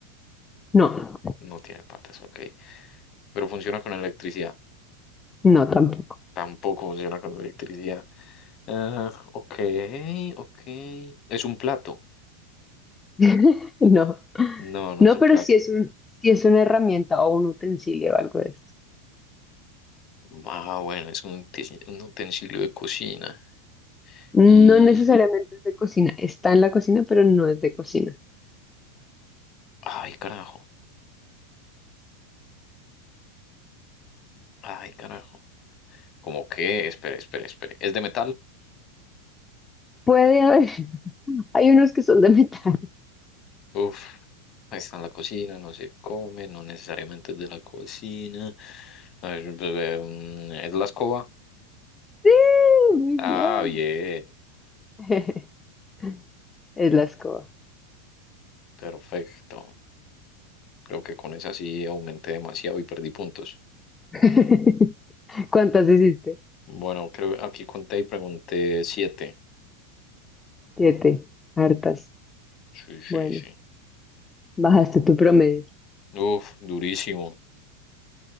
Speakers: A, on the left; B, on the left.
A: No,
B: No tiene patas, ok. Pero funciona con electricidad.
A: no tampoco.
B: Tampoco funciona con electricidad. Ah, ok, ok. ¿Es un plato?
A: <laughs> No,
B: No, no
A: no,
B: es un
A: pero
B: plato.
A: sí es un, sí es una herramienta o un utensilio o algo de esto.
B: Ah, bueno, es un, utensi- un utensilio de cocina.
A: No
B: Y...
A: necesariamente es de cocina, está en la cocina, pero no es de cocina.
B: Ay, carajo. Ay, carajo. ¿Cómo que? Espere, espere, espere. ¿Es de metal?
A: Puede haber, <laughs> hay unos que son de metal. <laughs>
B: Uf, ahí está en la cocina, no se come, no necesariamente es de la cocina. A ver, bebé, mm, ¿Es la escoba?
A: Sí, muy
B: Ah,
A: bien.
B: bien,
A: <laughs> Es la escoba.
B: perfecto. Creo que con esa sí aumenté demasiado y perdí puntos.
A: <laughs> ¿Cuántas hiciste?
B: Bueno, creo aquí conté y pregunté siete.
A: Siete, hartas.
B: Sí, sí,
A: Bueno,
B: sí.
A: bajaste tu promedio.
B: Uf, durísimo.